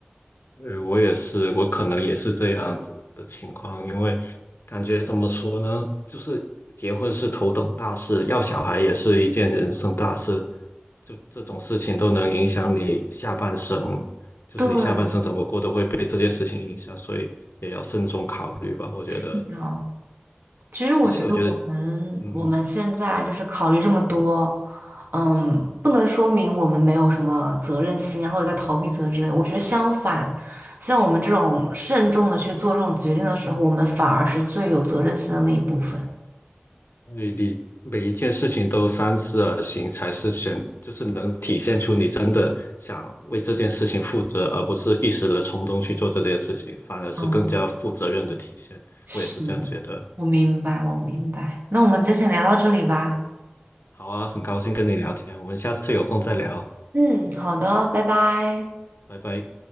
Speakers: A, on the left; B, on the right.
A: 对，我也是，我可能也是这样子的情况，因为感觉怎么说呢，就是结婚是头等大事，要小孩也是一件人生大事，就这种事情都能影响你下半生，就是你下半生怎么过都会被这件事情影响，
B: 对
A: 所以也要慎重考虑吧，我觉得。
B: 是的，其实我觉得我们我们现在就是考虑这么多，
A: 而且我觉得，嗯，
B: 嗯，不能说明我们没有什么责任心啊，或者在逃避责任之类。我觉得相反，像我们这种慎重的去做这种决定的时候，我们反而是最有责任心的那一部分。
A: 你你每一件事情都三思而行，才是选，就是能体现出你真的想为这件事情负责，而不是一时的冲动去做这件事情，反而是更加负责任的体现。
B: 嗯，是的，
A: 我也是这样觉得。
B: 我明白，我明白。那我们今天先聊到这里吧。
A: 好啊，很高兴跟你聊天，我们下次有空再聊，
B: 嗯，好的，拜拜。
A: 拜拜。